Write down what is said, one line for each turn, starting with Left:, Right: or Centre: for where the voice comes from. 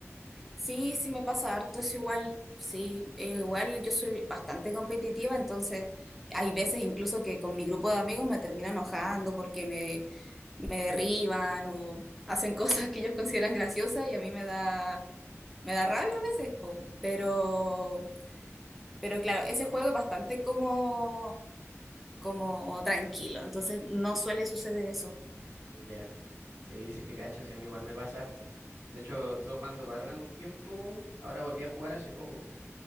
Centre: Sí, sí me pasa harto, es igual. Sí, eh, igual yo soy bastante competitiva, entonces hay veces incluso que con mi grupo de amigos me termino enojando porque me me derriban o hacen <laughs> cosas que ellos consideran graciosas y a mí me da, me da rabia a veces, po. Pero, pero claro, ese juego es bastante como, como tranquilo, entonces no suele suceder eso.
Right: Ya. Sí, sí te cacho, sí, a mí igual me pasa harto. De hecho, estuve jugando Valorant un tiempo, ahora volví a jugar hace poco.